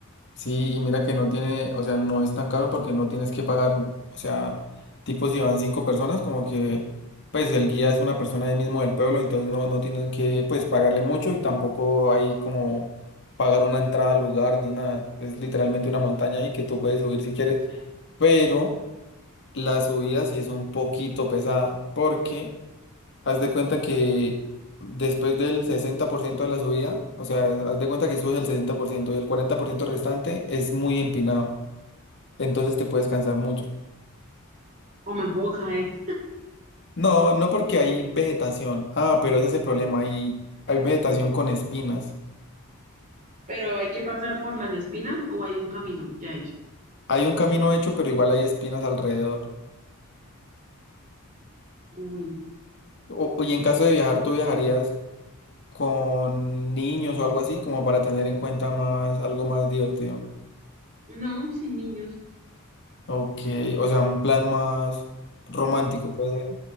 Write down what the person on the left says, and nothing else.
Sí, y mira que no tiene, o sea, no es tan caro porque no tienes que pagar, o sea, tipo si van cinco personas, como que, pues el guía es una persona ahí mismo del pueblo, entonces no, no tienen que, pues, pagarle mucho y tampoco hay como pagar una entrada al lugar ni nada. Es literalmente una montaña ahí que tú puedes subir si quieres, pero la subida sí es un poquito pesada porque Haz de cuenta que después del 60% de la subida, o sea, haz de cuenta que subes el 60% y el 40% restante es muy empinado. Entonces te puedes cansar mucho.
No, no porque hay vegetación. Ah, pero ese es el problema. Hay, hay vegetación con espinas.
Hay un camino hecho, pero igual hay espinas alrededor.
O, y en caso de viajar, ¿tú viajarías con niños o algo así, como para tener en cuenta más, algo más divertido?
Ok, o sea, un plan más romántico puede ser.